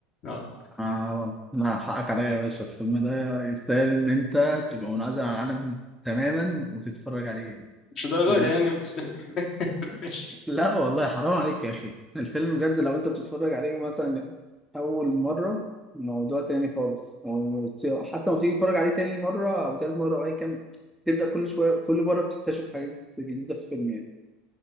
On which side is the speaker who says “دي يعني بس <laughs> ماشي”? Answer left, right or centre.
Left